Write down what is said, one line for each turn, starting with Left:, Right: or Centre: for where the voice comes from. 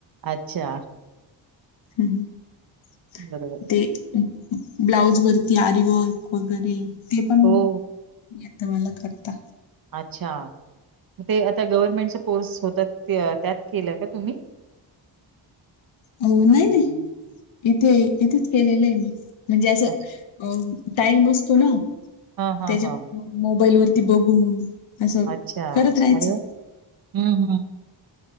Right: अच्छा
Left: हम् ह
Right: बरोबर
Left: ब्लाऊज वरती आरी वर्क तेंन
Right: हो
Left: येत मला करता
Right: अच्छा ते आता गव्हर्मेंटचा कोर्स होत त्यात केलं का तुम्ही
Left: हो नाही नाही इथे इथेच केलेलं आहे मी म्हणजे असं.
Right: अच्छा.
Left: अ टाईम असतो ना
Right: हां, हां,
Left: त्याच्यामुळे
Right: हां.
Left: म मोबाईल वरती बघून असं
Right: अच्छा.
Left: करत राहायचं.
Right: अरे वाह! हं, हं.